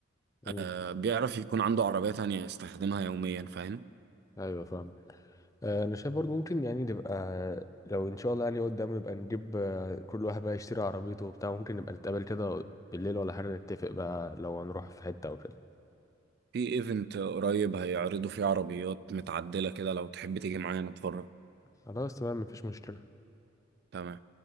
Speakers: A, on the left; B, on the right.
A: امم
B: آه، بيعرف يكون عنده عربية تانية يستخدمها يوميا فاهم
A: ايوه فاهم آه، انا شايف برضو ممكن يعني نبقى لو ان شاء الله يعني قدام نبقى نجيب آه، كل واحد بقى يشتري عربيته وبتاع ممكن نبقى نتقابل كده بالليل ولا حاجة نتفق بقى لو هنروح في حتة او كده
B: في ايفنت قريب هيعرضوا فيه عربيات متعدلة كده لو تحب تيجي معايا نتفرج
A: خلاص تمام مفيش مشكلة
B: تمام